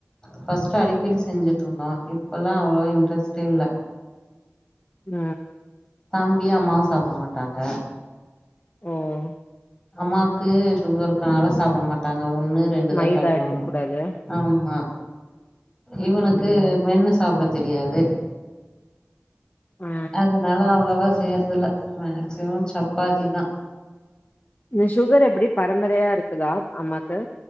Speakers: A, on the left (about 15°); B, on the left (about 40°).
A: ஃபஸ்டுஅடிக்கடி செஞ்சுட்டு இருந்தோ இப்பல்லாஸஅவ்ளவா இன்ட்ரெஸ்ட்டே இல்ல
B: ம்
A: தம்பியு அம்மாவு சாப்ட மாட்டாங்க
B: உம்
A: அம்மாவுக்கு சுகர் இருக்கனால சாப்ட மாட்டாங்க ஒண்ணு ரெண்டு தான்
B: மைதா
A: சாப்டுவாங்க
B: எடுத்துக் கூடாது
A: ஆமா இவனுக்கு
B: ம்
A: மென்னு சாப் ட தெரியாது
B: ஆ
A: அதனால அவ்ளவா செய் றதுல்ல மேக்சிமம் சப்பாத்தி தான்
B: இந்த சுகர் எப்டி பரம்பரையா இருக்குதா அம்மாக்கு